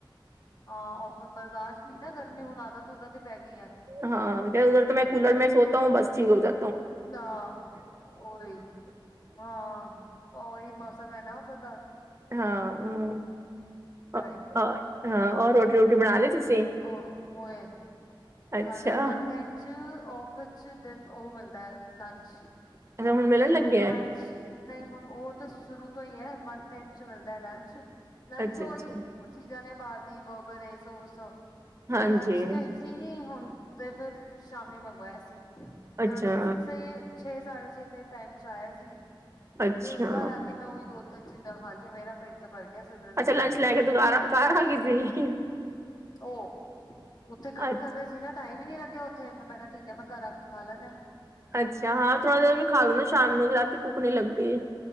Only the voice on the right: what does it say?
ਹਾਂ ਉਧਰ ਮੈਂ ਕੂਲਰੈਂ ਸੋਤਾ ਹੂੰ ਬਸ ਠੀਕ ਹੋ ਜਾ
ਹਾਂ ਹੂੰ
ਹਾਂ ਹੋਰ ਰੋਟੀ ਰੂਟੀ ਬਣਾ ਲਈ ਤੁਸੀਂ?
ਅੱਛਾ
ਅੱਛਾ ਹੁਣ ਮਿਲਣ
ਲੱਗਿਆ
ਅੱਛਾ
ਅੱਛਾ
ਹਾਂਜੀ
ਅੱਛਾ
ਅੱਛਾ
ਅੱਛਾ
ਲੰਚ
ਲੈ ਕੇ
ਤੂੰ ਘਰ ਘਰ ਆ ਗਈ ਸੀ।
ਅੱਛਾ
ਅੱਛਾ ਹਾਂ ਥੋੜਾ ਦੇਰ ਵੀ ਖਾਲੋ ਨਾ ਸ਼ਾਮ ਨੂੰ ਰਾਤੀ ਭੁੱਖ ਨੀ ਲੱਗਦੀ।